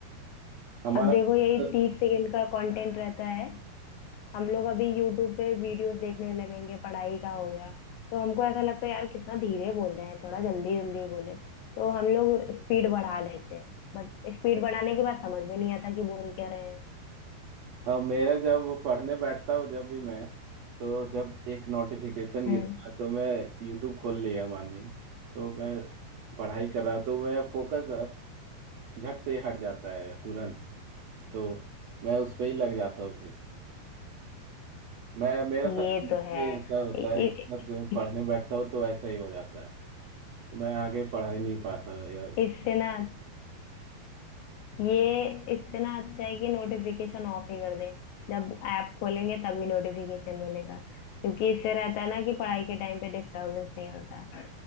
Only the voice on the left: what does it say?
अब देखो
यही तीस सेकंड का कंटेंट रहता है हम लोग अभी यूट्यूब पे वीडियोस देखने लगेंगे पढ़ाई का हो गया तो हमको ऐसा लगता है यार कितना धीरे बोल रहे हैं थोड़ा जल्दी जल्दी बोले तो हम लोग स्पीड बढ़ा लेते हैं बट स्पीड बढ़ाने के बाद समझ में नहीं आता कि बोल क्या रहे हैं
हम्म।
ये
तो है
इ-
इ-
इससे ना ये इससे ना अच्छा है कि नोटिफिकेशन ऑफ ही कर दे जब ऐप खोलेंगे तभी नोटिफिकेशन मिलेगा क्योंकि इससे रहता है ना कि पढ़ाई के टाइम पे डिस्टरबेंस नहीं होता है।